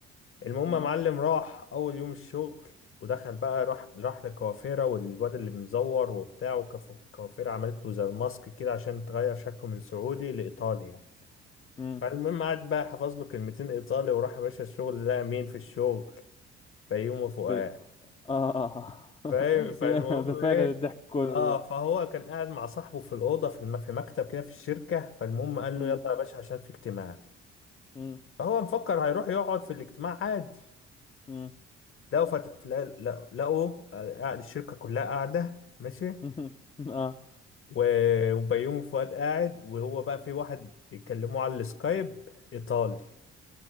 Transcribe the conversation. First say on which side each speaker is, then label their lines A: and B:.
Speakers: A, on the left; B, on the left.
A: المهم
B: مم،
A: يا معلم راح اول يوم الشغل ودخل بقى راح راح لكوافيرا والواد اللي مزور وبتاع وكوافيرا عملت له زي الماسك كده عشان تغير شكله من سعودي لايطالي يعني
B: مم،
A: فالمهم قعد بقى حفظ له كلمتين ايطالي وراح يا باشا الشغل لقى مين في الشغل فيومه فؤاد
B: ب- اه <laughs>
A: فاهم فالمهم
B: هنا ده فعلا
A: ايه
B: الضحك كله
A: اه فهو كان قاعد مع صاحبه في الاوضه في الم... في مكتب كده في الشركه فالمهم قال
B: مم.
A: له يلا يا باشا عشان في اجتماع
B: مم.
A: فهو مفكر هيروح يقعد في الاجتماع عادي
B: مم.
A: لقوا فت... لا- لا- لقوا آه، قاعد- الشركه كلها قاعده ماشي
B: <laughs> اه
A: و- وبيومي فؤاد قاعد وهو بقى في واحد بيتكلموا على السكايب ايطالي